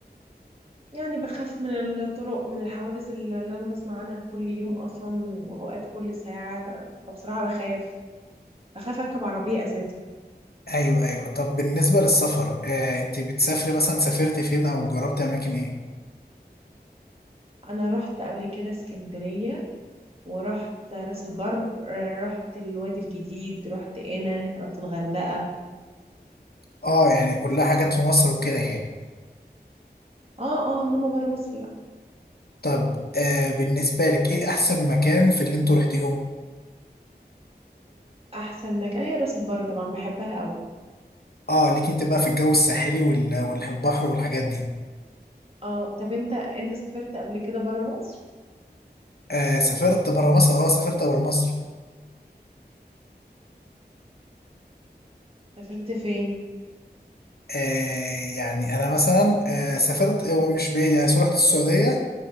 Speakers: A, on the right; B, on the left.
A: يعني بخاف من الطرق من الحوادث اللي اللي انا بسمع عنها كل يوم اصلا واوقات كل ساعة فبصراحة بخاف بخاف اركب عربية اساسا
B: ايوه ايوه طب بالنسبة للسفر آه انت بتسافري مثلا سافرتي فين او جربتي اماكن ايه
A: انا رحت قبل كده اسكندرية ورحت راس البر آه، رحت الوادي الجديد رحت قنا رحت الغردقة
B: اه يعني كلها حاجات في مصر وكده يعني
A: اه اه انما برا مصر لا
B: طب آه بالنسبة لك ايه احسن مكان في اللي انتوا رحتيهم؟
A: احسن مكان هي راس البر طبعا بحبها قوي
B: اه ليك انت بقى في الجو الساحلي وال- واللي في البحر والحاجات دي
A: اه طب انت انت سافرت قبل كده برا مصر
B: آه سافرت برا مصر اه سافرت برا مصر
A: سافرت فين
B: آه يعني انا مثلا آه سافرت هو مش بي يعني رحت السعودية